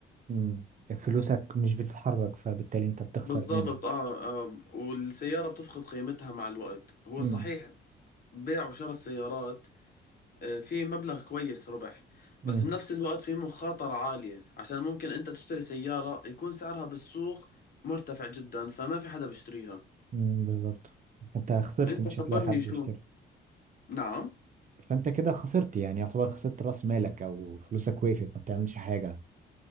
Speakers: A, on the right; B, on the left.
A: مم. فلوسك مش بتتحرك فبالتالي انت بتخسر
B: بالضبط
A: قيمة
B: آه, اه والسيارة بتفقد قيمتها مع الوقت هو
A: مم.
B: صحيح بيع وشراء السيارات آه في مبلغ كويس ربح
A: مم.
B: بس بنفس الوقت في مخاطرة عالية عشان ممكن انت تشتري سيارة يكون سعرها بالسوق مرتفع جدا فما في حدا بيشتريها
A: مم. بالظبط فانت خسرت
B: انت
A: مش
B: خبرني
A: هتلاقي حد
B: شو
A: يشتري
B: نعم
A: فانت كده خسرت يعني يعتبر خسرت راس مالك او فلوسك وقفت ما بتعملش حاجة